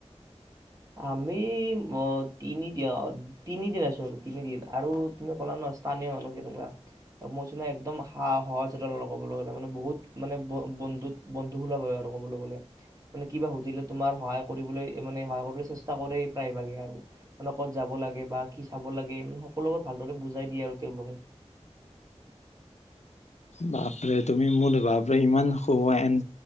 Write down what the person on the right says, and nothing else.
আমি অ', তিনি তিনিদিন আছো আৰু তিনিদিন আৰু তুমি কলা ন স্থানীয় মানুহ কেনেকুৱা মই কৈছো না একদম। সা সহজ সৰল কবলৈ গলে মানে বহুত মানে ব বন্ধুত বন্ধুসোলভ হয় আৰু। কবলৈ গলে, মানে কিবা সুধিলে তোমাৰ সহায় কৰিবলৈ সহায় চেষ্টা কৰে প্ৰায়ভাগে আৰু। মানে ক'ত যাব লাগে বা কি চাব লাগে সকলোবোৰ ভালদৰে বুজাই দিয়ে আৰু তেওঁলোকে।